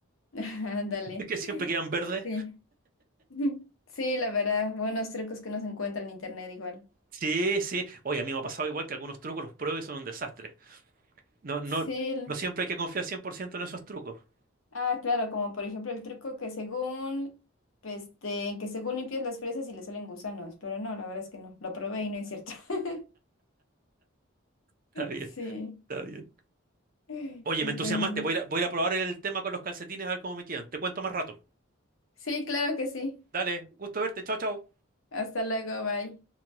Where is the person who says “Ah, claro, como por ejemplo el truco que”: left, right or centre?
Left